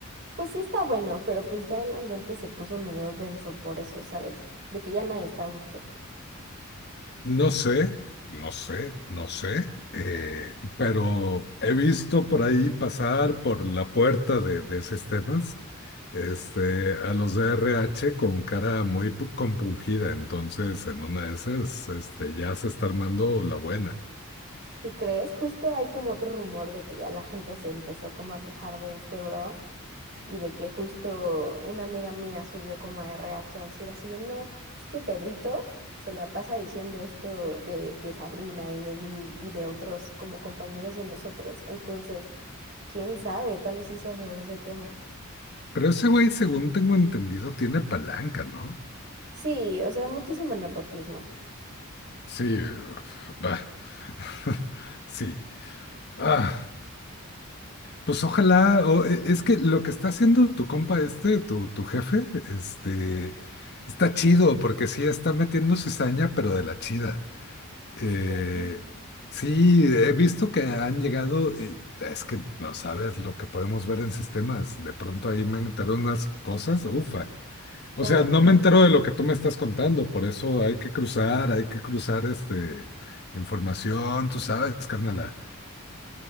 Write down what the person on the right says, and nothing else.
Pues sí está bueno, pero pues ya el ambiente se puso medio denso por eso, ¿sabes? De que ya nadie está a gusto.
Si crees, justo hay como otro rumor de que ya la gente se empezó como a quejar de este bro y de que justo una amiga mía subió como a RH a decir así de no, es que Pedrito se la pasa diciendo esto de, de Sabrina y de mí y de otros como compañeros de nosotros. Entonces, quién sabe, tal vez sí sea sobre ese tema.
Sí, o sea, muchísimo nepotismo.
Sí.
O
me